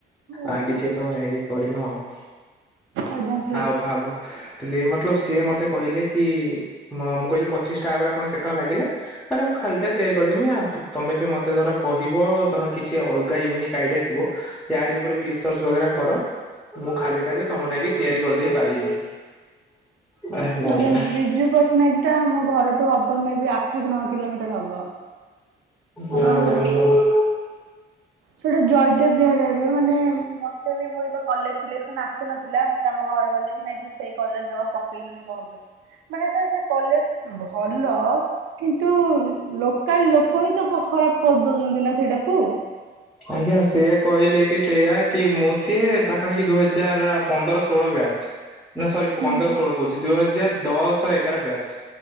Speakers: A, on the right; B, in the centre.
A: ଓହୋ
B: ଆ କିଛି ଏତେ ବେଳେ ତାଙ୍କେ ଏଇ କରିନୁ ଆଉ।
A: ଆଜ୍ଞା ସାର୍
B: ଆଉ ଭାବୁ। ଥିଲି ମତଲବ ସିଏ ମତେ କହିଲେ କି ମ ମୁଁ କହିଲି ପଚିଶ ଆପରେ ଆପଣ କେତେ ଟଙ୍କା ଲାଗିଲା। କହିଲେ ମୁଁ ଖାଲିଟା ତିଆରି କରିଦେମି ତମେ ବି ମତେ ଧର କହିବ ଧର କିଛି ଅଲଗା ୟୁନିକ୍ ଆଇଡିଆ ଥିବ। ୟାରି ଉପରେ ବି ରିସର୍ଚ୍ଚ ବେଗେରା କର। ମୁଁ ଖାଲି ଟାରେ ତମ ନାଗି ତିଆରି କରିଦେଇ ପାରିବି। ହେଲା ମ୍ୟାମ
A: ଆଜ୍ଞା
B: ହଁ
A: ବିଜୁ ପଟ୍ଟନାୟକ ଟା ମୋ ଘରଠୁ ହବ ମେ ବି ଆଠ କ ନଅ କିଲୋମିଟର ହବ।
B: <unintelligible>
A: ଆପଣ ଯୋଉ ସେଇଟା ଜୟଦେବ ବିହାର ଆଡେ ମାନେ ମତେ ବି ମୋର ଯେତେବେଳେ କଲେଜ ସିଲେକସନ ଆସିନଥିଲା ମତ୍ ତ ଆମ ଘରେ କହିଲେ କି ନାଇଁ ତୁ ସେଇ କଲେଜ ଜାମା ପକେଇଲୁନି କଁ ପାଇଁ। ମାନେ ସାର୍ ସେ କଲେଜ ଭଲ କିନ୍ତୁ ଲୋ କାଲ ଲୋକ ହିଁ ତ ଖରାପ କରିଦଉଛନ୍ତି ନା ସେଇଟାକୁ।
B: ଆଜ୍ଞା ସିଏ କହିଲେ କି। କି ସେଇୟା କି ମୁ ସିିଏ ପାଖାପାଖି ଦୁଇ ହଜାର ପନ୍ଦର ଷୋହଳ ବ୍ୟାଚ୍। ନା ସରି
A: ହୁଁ
B: ପନ୍ଦର ଷୋହଳ କହୁଛି ଦୁଇ ହଜାର ଦଶ ଏ ଗାର‌ ବ୍ୟାଚ୍